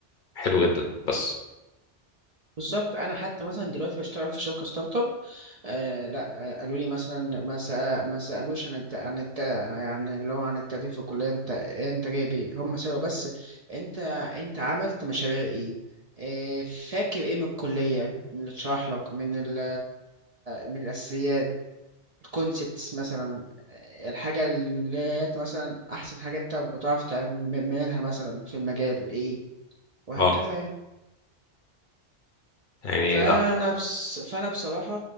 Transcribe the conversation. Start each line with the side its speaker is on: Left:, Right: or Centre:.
Left: حلو جدا بس
Right: بالظبط انا حتى مثلا دلوقتي بشتغل في شركه ستارت اب آه لا آه قالوا لي مثلا ما سأ... ما سالوش عن الت... عن الت... يعني اللي هو عن التدريب في الكليه انت انت جايب ايه هم سالوا بس انت انت عملت مشاريع ايه آه فاكر ايه من الكليه من اللي اتشرح لك من ال... من الاساسيات الكونسبتس مثلا آه، الحاجه اللي انت مثلا احسن حاجه انت بتعرف تعملها مثلا في المجال ايه وهكذا
Left: اه
Right: يعني
Left: يعني
Right: فانا
Left: لا
Right: بس فانا بصراحه